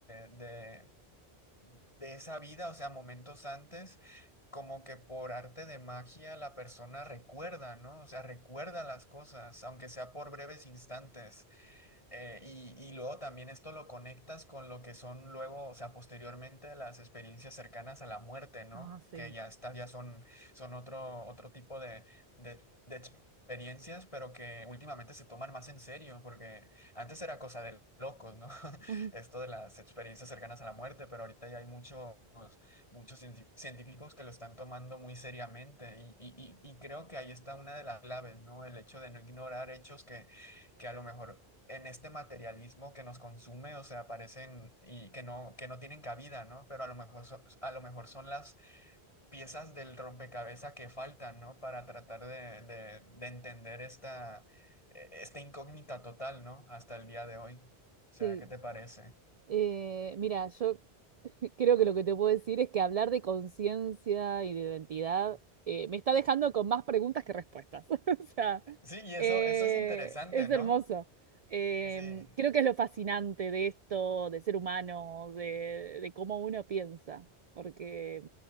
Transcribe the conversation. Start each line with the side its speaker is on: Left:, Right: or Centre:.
Left: de, de esa vida, o sea, momentos antes, como que por arte de magia la persona recuerda, ¿no? O sea, recuerda las cosas, aunque sea por breves instantes. Eh, y, y luego también esto lo conectas con lo que son luego, o sea, posteriormente las experiencias cercanas a la muerte, ¿no?
Right: No, sí.
Left: Que ya está, ya son, son otro, otro tipo de, de, de experiencias, pero que últimamente se toman más en serio, porque antes era cosa de locos, ¿no? <laughs>
Right: Ujú,
Left: Esto de las experiencias cercanas a la muerte, pero ahorita ya hay muchos, muchos cienci- científicos que lo están tomando muy seriamente y, y, y y creo que ahí está una de las claves, ¿no? El hecho de no ignorar hechos que que a lo mejor en este materialismo que nos consume, o sea, aparecen y que no, que no tienen cabida, ¿no? Pero a lo mejor, so- a lo mejor son las piezas del rompecabezas que faltan, ¿no? Para tratar de, de, de entender esta, eh, esta incógnita total, ¿no? Hasta el día de hoy. O sea,
Right: Sí,
Left: ¿qué te parece?
Right: Eh, mira, yo <laughs> creo que lo que te puedo decir es que hablar de conciencia y de identidad eh, me está dejando con más preguntas que respuestas. <laughs> O sea,
Left: Sí, y eso,
Right: eh,
Left: eso es interesante,
Right: es
Left: ¿no?
Right: hermoso. Eh,
Left: Sí.
Right: creo que es lo fascinante de esto, de ser humano, de, de cómo uno piensa. Porque,